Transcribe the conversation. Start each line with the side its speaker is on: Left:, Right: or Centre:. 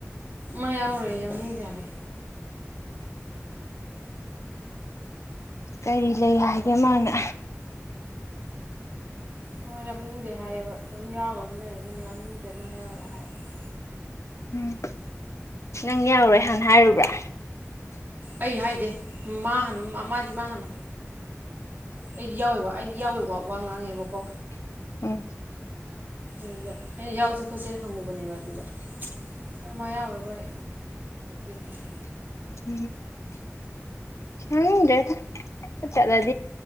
Right: ꯃꯥ ꯌꯥꯎꯔꯣꯢ ꯌꯥꯎꯅꯤꯡꯗꯦ ꯍꯥꯏ
Left: ꯀꯔꯤ ꯂꯩ ꯍꯥꯏꯒꯦ ꯃꯥꯅ
Right: ꯃꯥ ꯌꯥꯎꯅꯤꯡꯗꯦ ꯍꯥꯏꯌꯦꯕ ꯑꯗꯨꯝ ꯌꯥꯎꯔꯒꯁꯨ ꯂꯩꯔꯦ ꯑꯗꯨꯅ ꯌꯥꯎꯅꯤꯡꯗ꯭ꯔꯦ ꯃꯥ ꯌꯥꯎꯔꯦ ꯍꯥꯏꯌꯦꯕ
Left: ꯎꯝ ꯅꯪ ꯌꯥꯎꯔꯣꯏ ꯍꯥꯟꯅ ꯍꯥꯏꯨꯔꯕ꯭ꯔꯥ
Right: ꯑꯩ ꯍꯥꯏꯗꯦ ꯃꯥ ꯍꯥꯟꯅ ꯃꯥꯗꯤ ꯃꯥ ꯍꯥꯟꯅ ꯑꯩꯗꯤ ꯌꯥꯎꯋꯦ ꯋꯥ ꯑꯩꯗꯤ ꯌꯥꯎꯋꯦ ꯋꯥ ꯋꯥ ꯉꯥꯡꯉꯦꯕꯀꯣ
Left: ꯎꯝ
Right: ꯑꯗꯨꯗ ꯑꯩꯅ ꯌꯥꯎꯁꯦ ꯈꯣꯠꯆꯦꯅ ꯍꯪꯉꯨꯕꯅꯦꯕ ꯑꯗꯨꯗꯣꯏ ꯃꯥ ꯌꯥꯎꯔꯔꯣꯏ <unintelligible> ꯍꯥꯏ
Left: ꯎꯝ <unintelligible>